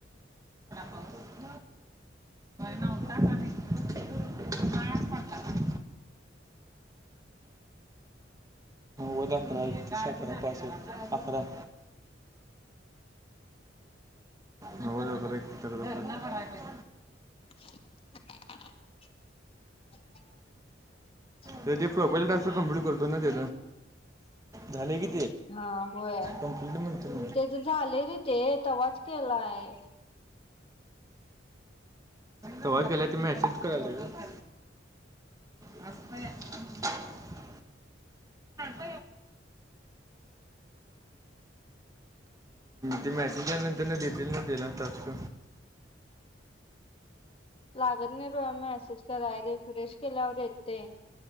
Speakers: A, on the right (about 20°); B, on the left (about 30°).
A: पाऊस नव्हताच आधी उन्हाळाच पडला का कोत अ खरा काखरा पास आखरा. नव <unintelligible>
B: <inaudible>
A: तर ते प्रोबाईल टास्क कमप्लीट करतो ना त्या झाले की
B: हा होय
A: कम्प्लीट म्हणजे
B: त्याच झाले रे ते तवाच केलाय.
A: तेवच गेला ते मेसेज कळालं ग! असस्ते <unintelligible>
B: <unintelligible>
A: <unintelligible> हम्! ते मॅसेंजच्याल्यानंतर ना देतील ना दिला तस्क
B: लागत नाही रोया मेसेज कराय रे फ्रेश केल्यावर येते.